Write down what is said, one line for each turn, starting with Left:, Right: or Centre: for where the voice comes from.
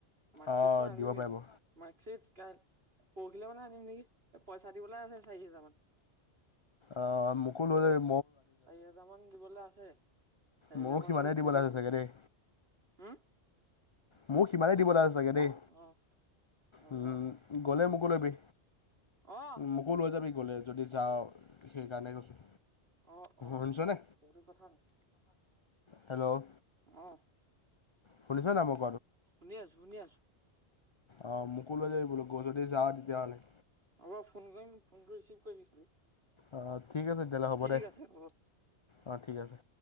Right: মাৰ্কশ্বিতখন
Left: অঁ দিব
Right: আনিমগে।
Left: পাৰিব।
Right: মাৰ্কশ্বিত কাই পৰসিলৈ মানে আনিম নেকি, অ পইচা দিবলৈ আছে চাৰি হেজাৰ মান।
Left: অ' মোক ও লৈ যাব
Right: চাৰি হাজাৰ মান দিবলৈ আছে। চাৰি
Left: মও
Right: হেজাৰ মানতো
Left: সিমানে দিব
Right: দিলে
Left: লাগাছে
Right: লৈ
Left: চাগে দেই।
Right: হম
Left: মো সিমানেই দিব লাগে চাগে দেই।
Right: অ নহবা
Left: উম গ'লে
Right: অলপ
Left: মোকো
Right: ইজ্জত
Left: লবি,
Right: অ
Left: মোকো লৈ যাবি লে যদি যাৱ, সেইকাৰণে কৈছোঁ।
Right: অ অ,
Left: শুনিছনে
Right: এইটো কথা নি?
Left: হেল্ল'
Right: অহ।
Left: শুনিছা নাই মোক?
Right: শুনি আছোঁ, শুনি আছোঁ।
Left: অ মোকো লৈ যাবি‌ বোলো, গ যদি যাৱ তেতিয়াহ'লে।
Right: হ'ব ফোন কৰিম, ফোনটো ৰিচিভ কৰিবি খালি।
Left: অ ঠিক আছে তেতিয়াহলে হ'ব
Right: ঠিক
Left: দে।
Right: আছে হ'ব
Left: অ ঠিক আছে।